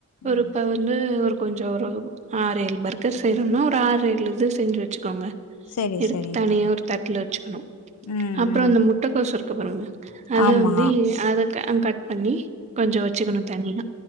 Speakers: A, on the right; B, on the left.
A: ஒருப்ப
B: ம்
A: வந்து ஒரு கொஞ்சோ ஒரு ஆறு ஏழு பர்கர் செய்யறோம்னா ஒரு ஆறு ஏழு இது செஞ்சு வச்சுக்கோங்க
B: சேரி
A: எடுத்து
B: சேரிங்க
A: தனியா
B: தோழி
A: ஒரு தட்டல வச்சுக்கணு
B: ம்
A: அப்புறோ
B: ம்
A: அந்த முட்டக்கோசு இருக் கப்புறங்க அத
B: ஆமா
A: வந்து இ அத அ கட் பண்ணி கொஞ்சோ வச்சுக்கணு தனியா